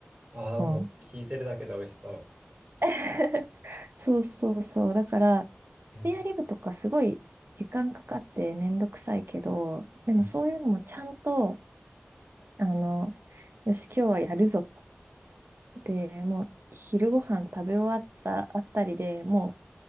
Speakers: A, on the right; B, on the right.
A: ああ、
B: うん。
A: もう聞いてるだけで美味しそ
B: <laughs> そうそうそう。だから、スペアリブとかすごい時間かかってめんどくさいけど、
A: う。うん。
B: でもそういうのもちゃんと、
A: うん。
B: あの、よし、今日はやるぞと。で、もう昼ご飯食べ終わったあたりでも